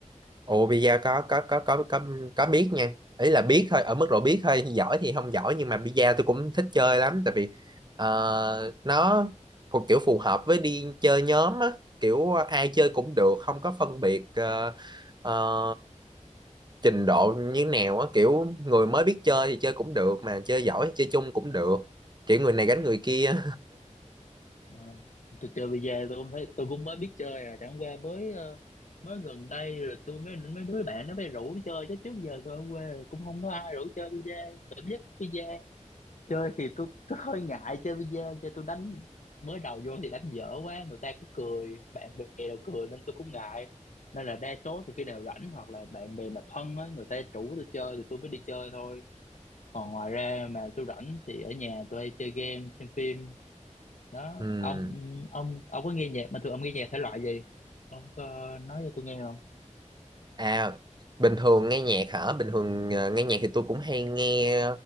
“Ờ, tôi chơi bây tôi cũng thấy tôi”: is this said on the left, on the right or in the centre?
Left